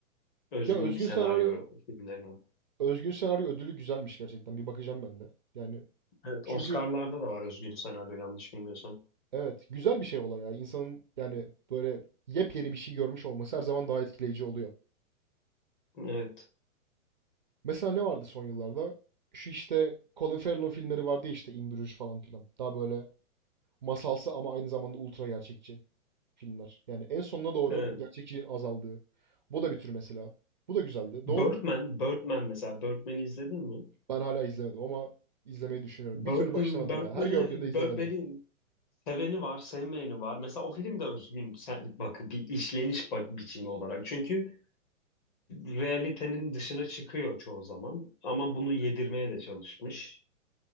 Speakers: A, on the left (about 35°); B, on the right (about 35°).
A: özgün
B: ya özgün
A: senaryo
B: senaryo
A: filmlerine.
B: özgün senaryo ödülü güzelmiş gerçekten. Bir bakacağım ben de. Yani
A: Evet,
B: çünkü
A: Oscar'larda da var özgün senaryo yanlış bilmiyorsam.
B: evet güzel bir şey olay ya. İnsanın yani böyle yepyeni bir şey görmüş olması her zaman daha etkileyici oluyor.
A: Evet.
B: Mesela ne vardı son yıllarda? Şu işte Colin Farrell'ın filmleri vardı ya işte In Bruges falan filan. Daha böyle masalsı ama aynı zamanda ultra gerçekçi. filmler. Yani en sonuna doğru
A: Evet.
B: gerçekçiliğin azaldığı. Bu da bir tür mesela. Bu da güzeldi.
A: Birdman,
B: Doğru.
A: Birdman mesela Birdman'i izledin mi?
B: Ben hala izlemedim ama izlemeyi düşünüyorum.
A: Birdman,
B: Bir türlü başlamadım
A: Birdman'e,
B: ya. Her gördüğümde izlemedim.
A: Birdman'in seveni var, sevmeyeni var. Mesela o film de özgün sen, bak bir işleniş bak biçimi olarak. Çünkü realitenin dışına çıkıyor çoğu zaman ama bunu yedirmeye de çalışmış.